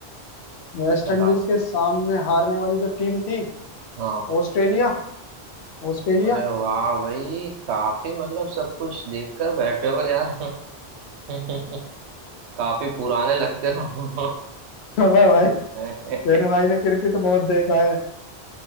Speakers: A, on the left (about 75°); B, on the right (about 90°).
A: वेस्ट
B: बताओ
A: इंडीज के सामने हारने वाली जो टीम थी
B: हाँ
A: ऑस्ट्रेलिया ऑस्ट्रेलिया
B: अरे
A: <laughs>
B: वाह भाई काफी मतलब सब कुछ देखकर बैठे हो यार <laughs> काफी पुराने लगते हो
A: अबे भाई
B: <laughs>
A: तेरे भाई ने क्रिकेट बहुत देखा है